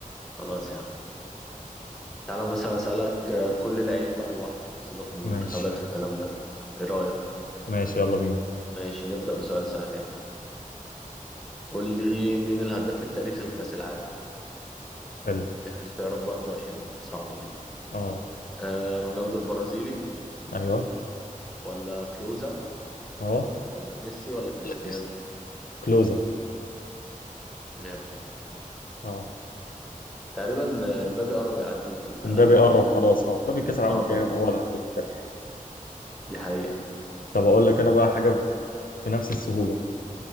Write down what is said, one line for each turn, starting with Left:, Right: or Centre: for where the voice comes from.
Centre: خلاص يا عم تعالى مثلا اسألك آه، كل لعيب بقى لوحده سيبك من المنتخبات
Left: ماشي
Centre: والكلام ده ايه رأيك
Left: ماشي يلا بينا
Centre: ماشي نبدأ بسؤال سهل يا عم قول لي مين الهداف التاريخي لكأس العالم
Left: حلو
Centre: ليك اختيارات برضو عشان صعبة دي
Left: اه
Centre: آه رونالدو البرازيلي
Left: ايوه
Centre: ولا كلوزا
Left: اه
Centre: ولا ميسي ولا كريستيانو
Left: لا كريستيانو كلوزا
Centre: جامد
Left: اه
Centre: تقريبا آه، مبابي قرب يعديه في الأهداف
Left: امبابي قرب خلاص اه امبابي كاس العالم
Centre: اه
Left: الجاي هيبقى هو الهداف التاريخي
Centre: دي حقيقة
Left: طب اقول لك انا بقى حاجه في نفس السهوله